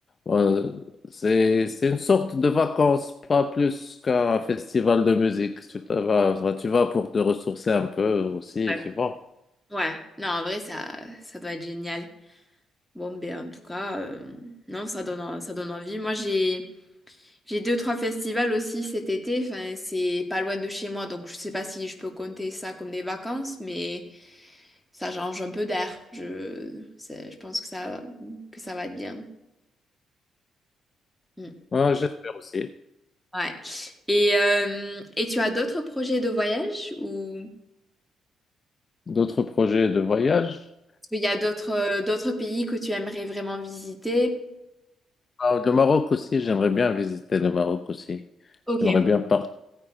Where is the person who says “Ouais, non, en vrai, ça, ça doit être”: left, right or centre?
Centre